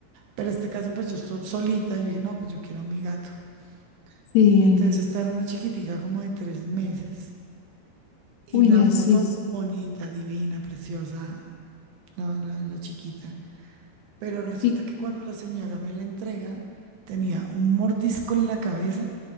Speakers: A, on the right (about 70°); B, on the left (about 80°).
A: Pero este caso, pues yo so- solita, yo dije, no, pues yo quiero a mi gato.
B: Sí,
A: Y entonces esta era una chiquitica como de tres meses y
B: uy,
A: la
B: así
A: foto
B: es.
A: bonita, divina, preciosa, la, la la chiquita. Pero resulta
B: Y,
A: que cuando la señora me la entrega, tenía un mordisco en la cabeza